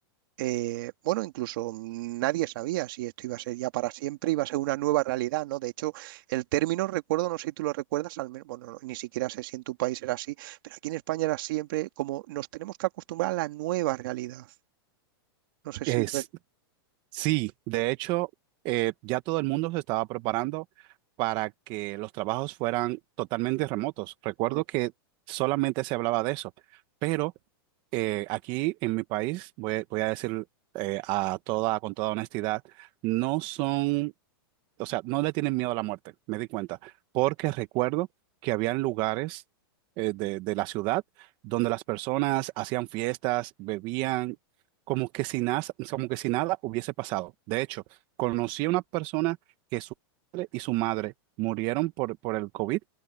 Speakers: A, on the right; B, on the right.
A: eh, bueno, incluso nadie sabía si esto iba a ser ya para siempre, iba a ser una nueva realidad, ¿no? De hecho, el término, recuerdo, no sé si tú lo recuerdas, al menos, bueno, no, ni siquiera sé si en tu país era así, pero aquí en España era siempre como nos tenemos que acostumbrar a la nueva realidad. No sé
B: Es,
A: si... re-
B: sí, de hecho, eh, ya todo el mundo se estaba preparando para que los trabajos fueran totalmente remotos. Recuerdo
A: Mm.
B: que solamente se hablaba de eso, pero... eh, aquí en mi país, voy, voy a decir eh, a toda, con toda honestidad, no son, o sea, no le tienen miedo a la muerte, me di cuenta, porque recuerdo que habían lugares eh, de, de la ciudad donde las personas hacían fiestas, bebían, como que si nada, como que si nada hubiese pasado. De hecho, conocí a una persona que su padre y su madre murieron por, por el COVID